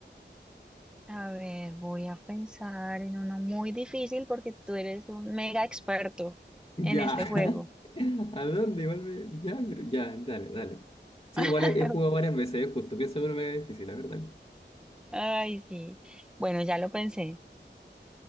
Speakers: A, in the centre; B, on the left.
A: A ver, voy a pensar en uno muy difícil porque tú eres un mega experto
B: Ya.
A: en este juego.
B: <laughs> ¿A dónde? Igual me... Ya, pero... Ya, dale, dale. Sí,
A: <laughs>
B: igual he, he jugado varias veces, es justo. Pienso que uno me es difícil, a ver, dale.
A: Ay, sí. Bueno, ya lo pensé.